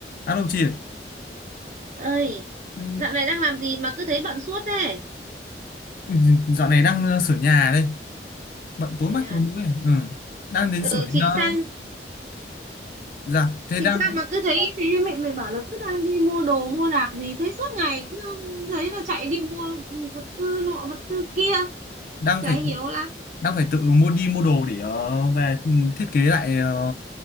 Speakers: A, on the left; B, on the right.
A: Alo chị ạ.
B: ơi
A: Ừ,
B: dạo này đang làm gì mà cứ thấy bận suốt thế
A: ừ, dạo này đang ờ, sửa nhà đây bận tối
B: thế
A: mắt
B: à
A: tối mũi ừ. đang đến
B: ừ
A: sửa đến
B: chị
A: ờ,
B: sang
A: dạ thế
B: chị
A: đang
B: sang mà cứ thấy thế mẹ mày bảo là cứ đang đi mua đồ mua đạc gì thấy suốt ngày cứ thấy là chạy đi mua vật tư nọ vật tư kia
A: đang
B: chả
A: phải
B: hiểu lắm
A: đang phải tự mua đi mua đồ để ờ, về ừ, thiết kế lại ờ,